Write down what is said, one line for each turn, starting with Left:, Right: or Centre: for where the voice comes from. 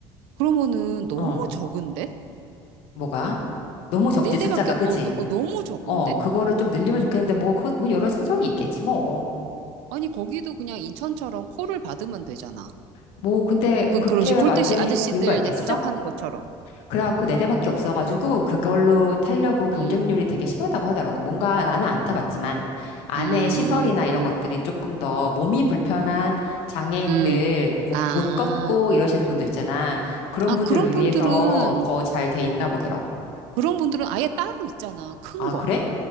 Right: 그러면은 너무
Left: 어,
Right: 적은데?
Left: 뭐가? 너무 적지,
Right: 네
Left: 숫자가.
Right: 대밖에,
Left: 그지?
Right: 어, 너, 무 적은데?
Left: 어, 그거를 좀 늘리면 좋겠는데 뭐, 그, 뭐 여러 사정이 있겠지, 뭐.
Right: 아니, 거기도 그냥 인천처럼 콜을 받으면 되잖아.
Left: 뭐, 근데
Right: 그,
Left: 그렇게
Right: 그런 식 콜대시
Left: 만든
Right: 아저씨들
Left: 이유가 있겠어?
Right: 이제 투잡하는 것처럼.
Left: 그래갖고 네 대밖에 없어가지고 그걸로 타려고 경쟁률이
Right: 음,
Left: 되게 심하다고 하더라고. 뭔가 나는 안 타봤지만 안에
Right: 음,
Left: 시설이나 이런
Right: 음,
Left: 것들이 조금 더 몸이 불편한 장애인들
Right: 음.
Left: 못,
Right: 아,
Left: 못 걷고
Right: 음,
Left: 이러시는
Right: 음.
Left: 분들 있잖아. 그런
Right: 아,
Left: 분들을
Right: 그런 분들은,
Left: 위해서 더 잘 돼 있나 보더라고.
Right: 그런 분들은 아예 따로 있잖아. 큰
Left: 아,
Right: 거.
Left: 그래?